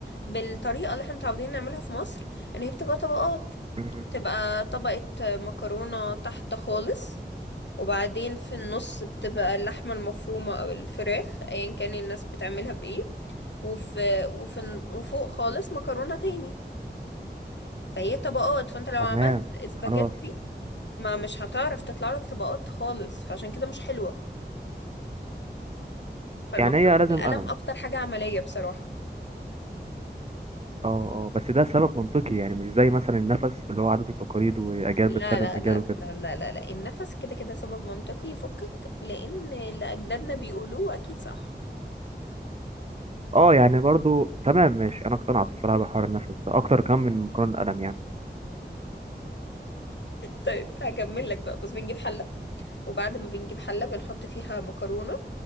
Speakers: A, on the left; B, on the right.
A: بالطريقة اللي احنا متعودين نعملها في مصر ان هي بتبقى طبقات
B: امم
A: تبقى طبقة مكرونة تحت خالص وبعدين في النص بتبقى اللحمة المفرومة أو الفراخ أيا كان الناس بتعملها بإيه وفي, وفي وفوق خالص مكرونة تاني فهي طبقات فانت لو
B: تمام
A: عملت اسباجيتي
B: خلاص
A: ما مش هتعرف تطلع لك طبقات خالص فعشان كده مش حلوة فالمكرونة
B: يعني هي لازم
A: بالقلم
B: قلم
A: أكتر حاجة عملية بصراحة
B: اه اه بس ده سبب منطقي يعني مش زي مثلا النفس اللي هو عادات وتقاليد وأجيال
A: لا
B: بتسلم
A: لا
B: أجيال
A: لا
B: وكده
A: لا لا لا لا, لا. النفس كده كده سبب منطقي يفكك لأن اللي أجدادنا بيقولوه أكيد صح
B: اه يعني برضو تمام ماشي انا اقتنعت بصراحه بحوار النفس ده اكتر كمان من مكرونه القلم يعني
A: طيب هكمل لك بقى بص بنجيب حلة وبعد ما بنجيب حلة بنحط فيها مكرونة